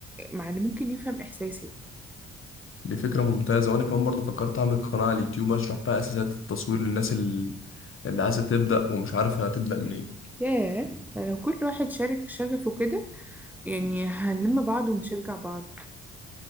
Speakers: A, in the centre; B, on the left.
A: مع اللي ممكن يفهم إحساسي
B: دي فكرة ممتازة وأنا كمان برضه فكرت أعمل قناة على اليوتيوب أشرح بقى أساسات التصوير للناس اللي اللي عايزة تبدأ ومش عارفة هتبدأ منين
A: ياه ده لو كل واحد شارك شغفه كده يعني هنلم بعض ونشجع بعض